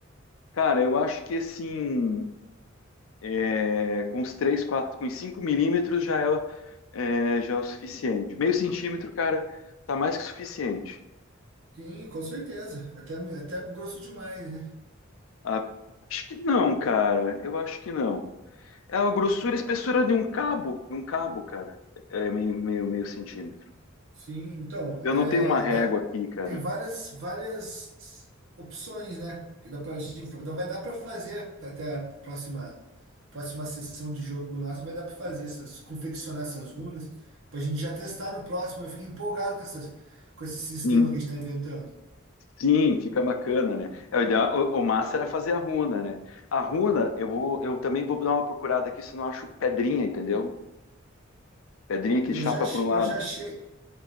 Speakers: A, on the left (about 80°); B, on the right (about 70°).
A: Cara, eu acho que assim, é, com os 3 4 com os 5 milímetros já é, é, já é o suficiente. Meio centímetro, cara, tá mais que suficiente.
B: Sim, com certeza. Até, até grosso demais, né?
A: Ah, acho que não, cara. Eu acho que não. É a grossura, a espessura de um cabo, de um cabo, cara. É meio, meio, meio centímetro.
B: Sim, então,
A: Eu
B: é,
A: não tenho uma régua
B: dá-
A: aqui, cara.
B: tem várias, várias opções, né? que Dá pra, gente- dá- vai dar para fazer até a próxima, próxima sessão de jogo nossa, vai dar para fazer essas, confeccionar essas runas, para a gente já testar no próximo. Eu fiquei empolgado com essas, com esse sistema
A: Sim,
B: que a gente está inventando.
A: sim, fica bacana, né? É, o, ideal- o o massa era fazer a runa, né? A runa, eu vou, eu também vou dar uma procurada aqui se não acho pedrinha, entendeu? Pedrinha que
B: Eu
A: chapa
B: já, ach-
A: para um lado.
B: eu já achei,